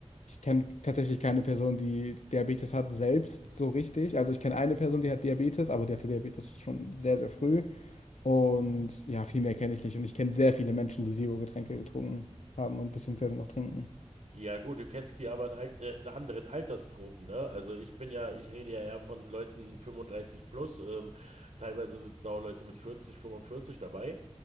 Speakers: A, on the left; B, on the right.
A: ich kenne tatsächlich keine Person, die Diabetes hat, selbst so richtig. Also ich kenne eine Person, die hat Diabetes, aber die hatte Diabetes schon sehr, sehr früh. Und ja, viel mehr kenne ich nicht. Und ich kenne sehr viele Menschen, die Zero-Getränke getrunken haben und beziehungsweise noch trinken.
B: Ja gut, du kennst die aber in, alt, äh, in anderen Altersgruppen, ne? Also ich bin ja, ich rede ja eher von Leuten 35 plus, ähm, teilweise sind da auch Leute mit 40, 45 dabei.